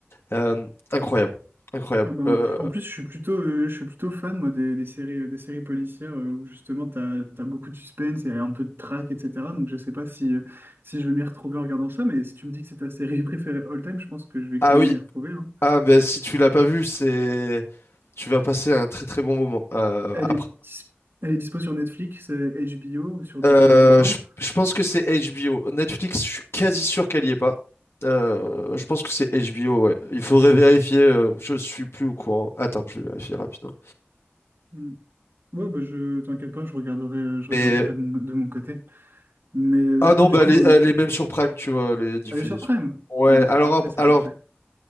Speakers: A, on the left; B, on the right.
A: Euh, incroyable, incroyable.
B: Ah bah, en,
A: Euh,
B: pl- en plus, je suis plutôt, euh, je suis plutôt fan moi, des, des séries, euh, des séries policières euh, où justement tu as, beaucoup de suspense et un peu de traque, etc. Donc je sais pas si, euh, si je vais m'y retrouver en regardant ça, mais si tu me dis que c'est ta série <laughs> préférée all time, je pense que je vais
A: Ah
B: clairement
A: oui,
B: m'y retrouver. hein.
A: ah ben si tu l'as pas vu, c'est tu vas passer un très très bon moment. Euh,
B: Elle
A: après
B: est, dis- elle est dispo sur Netflix, euh, HBO ou sur d'autres
A: Euh,
B: plateformes.
A: je, je pense que c'est HBO. Netflix, je suis quasi sûr qu'elle y est pas. Euh, je pense que c'est HBO, ouais. Il faudrait vérifier. euh, je suis plus au courant. Attends, je vais vérifier rapidement.
B: Mm. Ouais, bah je t'inquiète pas, je regarderai, euh, je regarderai
A: Mais
B: de mon, de mon côté. Mais euh,
A: ah
B: ouais, non,
A: non,
B: du
A: bah
B: coup.
A: elle est,
B: euh,
A: elle est même sur Prime, tu vois, elle est diffusée
B: Elle est sur
A: sur-
B: Prime?
A: Ouais.
B: Bon, bah,
A: Alors
B: c'est parfait,
A: ap-
B: c'est
A: alors
B: parfait.